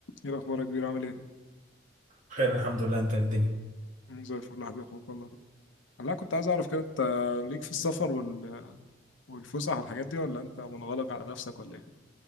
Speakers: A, on the left; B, on the right.
A: ايه الاخبار يا كبير عامل ايه
B: خير الحمد لله انت إيه الدنيا
A: مم، زي الفل يا حبيبي اخوك والله والله كنت عايز اعرف كده انت ليك في السفر وال... والفسح والحاجات دي ولا انت منغلق على نفسك ولا ايه